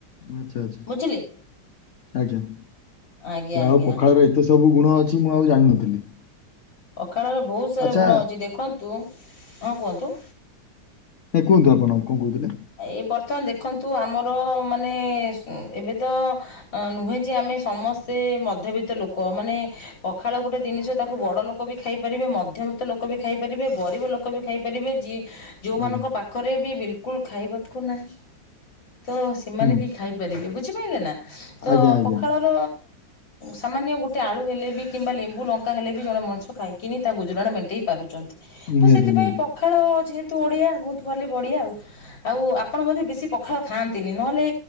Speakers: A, on the left; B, on the left.
A: ଆଚ୍ଛା ଆଚ୍ଛା
B: ବୁଝିଲେ
A: ଆଜ୍ଞା ଯାହା
B: ଆଜ୍ଞା ଆଜ୍ଞା
A: ହଉ ପଖାଳ ରେ ଏତେ ସବୁ ଗୁଣ ଅଛି ମୁଁ ଆଉ ଜାଣିନଥିଲି।
B: ଅଖାଳର ବହୁତ୍ ସାରା
A: ଆଚ୍ଛା
B: ଗୁଣ ଅଛି ଦେଖନ୍ତୁ ହଁ କୁହନ୍ତୁ।
A: ଏ କୁହନ୍ତୁ ଆପଣ କଣ କହୁଥିଲେ?
B: ଏ ବର୍ତ୍ତମାନ ଦେଖନ୍ତୁ ଆମର ମାନେ ଏବେ ତ ଅ ନୁହେଁ ଯେ ଆମେ ସମସ୍ତେ ମଧ୍ୟବିତ୍ତ ଲୋକ ମାନେ ପଖାଳ ଗୋଟେ ଜିନିଷ ତାକୁ ବଡ ଲୋକ ବି ଖାଇପାରିବେ ମଧ୍ୟବିତ୍ତ ଲୋକ ବି ଖାଇପାରିବେ ଗରିବ ଲୋକ ବି ଖାଇ ପାରିବେ ଯି ଯୋଉମାନଙ୍କ
A: ଆଜ୍ଞା
B: ପାଖରେ ବି ବିଲକୁଲ ଖାଇବାକୁ ନାହିଁ ତ ସେମାନେ
A: ହୁଁ
B: ବି ଖାଇ ପାରିବେ ବୁଝିପାଇଲେ ନାଁ ତ
A: ଆଜ୍ଞା ଆଜ୍ଞା
B: ପଖାଳ ର ସାମାନ୍ୟ ଗୋଟେ ଆଳୁ ହେଲେ ବି କିମ୍ବା ଲେମ୍ବୁ ଲଙ୍କା ହେଲେ ବି ଜଣେ ମଣିଷ ଖାଇକିନି ତା ଗୁଜୁରାଣ ମେଣ୍ଟେଇ ପାରୁଛନ୍ତି।
A: ନିହାତି
B: ତ ସେଥିପାଇଁ
A: ନିହାତି।
B: ପଖାଳ ଯେହେତୁ ଓଡିଆ ବୋହୁତ୍ ଭଲ ବଢିଆ ଆଉ। ଆଉ ଆପଣ ବଧେ ବେଶୀ ପଖାଳ ଖାଆନ୍ତିନି ନହେଲେ